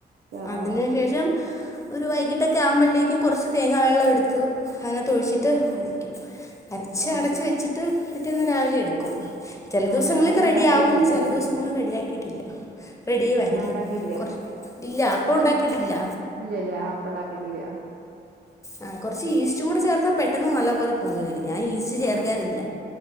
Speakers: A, on the right; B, on the left.
A: ആഹ്
B: അതിന്
A: ആഹ്
B: ശേഷം ഒരു വൈകിട്ടൊക്കെ ആവുമ്പോഴേക്കും കൊറച്ച് തേങ്ങാ വെള്ളം എടുത്തു അതിനാത്ത് ഒഴിച്ചിട്ട് അരകും. അരച്ച്
A: ആഹ്
B: അടച്ച് വെച്ചിട്ട് പിറ്റേന്ന് രാവിലെ എടുക്കും. ചെല
A: ആഹ്
B: ദിവസങ്ങളിക്കെ
A: ഞാനത് ഉണ്ടാക്കി
B: റെഡിയാവും
A: നോക്കിയില്ല
B: ചെല
A: ഇതില്
B: ദിവസങ്ങള് റെഡിയാക്കിയിട്ടില്ല. റെഡിയി വരില്ല
A: ഞാൻ ഉണ്ടാക്കിയില്ല
B: കൊർ ഇല്ല അപ്പോണ്ടാക്കീട്ടില്ല.
A: ഇല്ലല്ലേ ആപ്പണ്ടാക്കീട്ടില്ല.
B: ആഹ് കൊറച്ച് ഈസ്റ്റും കൂടെ ചേർത്താ പെട്ടെന്ന് നല്ല പോലെ പൊങ്ങി വരും ഞാൻ ഈസ്റ്റ്‌ ചേർക്കാറില്ല.
A: ആഹ്